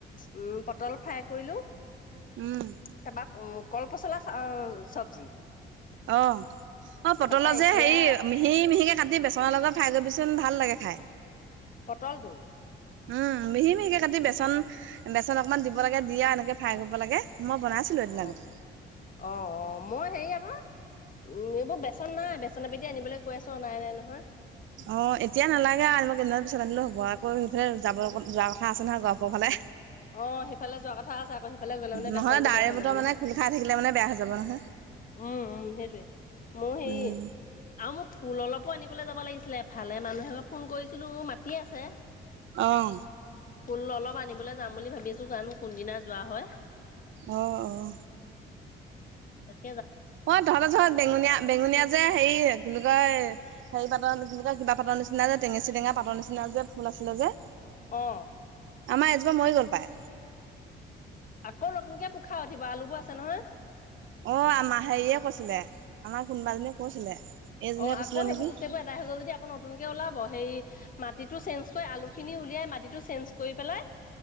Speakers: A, on the left (about 45°); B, on the right (about 75°).
A: উম পটল ফ্ৰাই কৰিলো।
B: উম
A: তাৰপা কল পচলা চব্জি।
B: অহ। অ পটলৰ
A: তাৰপা
B: যে
A: এতিয়া
B: হেৰি মিহি মিহিকে কাটি বেচনৰ লগত ফ্ৰাই কৰিবিচোন ভাল লাগে খাই।
A: পটলটো?
B: উম মিহি মিহিকে কাটি বেচন বেচন অকনমান দিব লাগে দিয় আৰু এনেকে ফ্ৰাই কৰিব লাগে। মই বনাইছিলো এদিন
A: অ
B: আগতে
A: অ অ অ মই হেৰি আ উ এইবোৰ বেচন বেচন নাই বেচন পেকেত আনিবলৈ কৈ আছো অনাই নাই নহয়।
B: অ এতিয়া নালাগে আৰু মই কেইদমান পিছত আনিলো হবৰ আকৌ সেইফালে যাব যোৱাৰ কথা আছে নহয় গৰপোৰ ফালে।
A: অ সিফালে যোৱা কথা আছে, আকৌ সিফালে গলে মানে
B: নহলে
A: বেচনতটো
B: ডাৱৰী
A: বেয়া হৈ
B: বতৰ
A: যাব নহয়।
B: মানে খোল খাই থাকিলে মানে বেয়া হৈ যাব নহয়
A: উম উম সেইটোৱে। মোৰ সেই
B: উম
A: আৰু মোক ফুল অলপো আনিবলৈ যাব লাগিছিলে, ভালে মানুহে ফোন কৰিছিলো মাতি আছে।
B: অহ।
A: ফুল অলপ আনিবলৈ যাম বুলি ভাবিছো, জানোঁ কোনদিনা যোৱা হয়।
B: অহ অহ।
A: তাক।
B: অই তহঁতে তহঁত বেঙুনীয়া বেঙুনীয়া যে হেৰি কি বুলি কয়? হেৰি পাতৰ নিচিনা কিবা পাটৰ নিচিনা যে টেঙেচি টেঙা পাটৰ নিচনা যে ফুল আছিলে যে।
A: অঁ
B: সেই জোপা মৰি গ'ল প্ৰায়।
A: আকৌ নতুনকে পোখা উঠিব আলুবোৰ আছে নহয়।
B: অ আমাৰ হেৰিয়ে কৈছিলে, আমাৰ কোনোবাজনীয়ে কৈছিলে। এইজনীয়ে
A: অ আকৌ
B: কৈছিলে
A: সেইবোৰ
B: নেকি
A: গোটেইবোৰ এদাই হৈ গল যদি আকৌ নতুনকে ওলাব হেৰী মাটিটো চেঞ্জ কৰি আলুখিনি উলিয়াই মাটিটো চেঞ্জ কৰি পেলাই,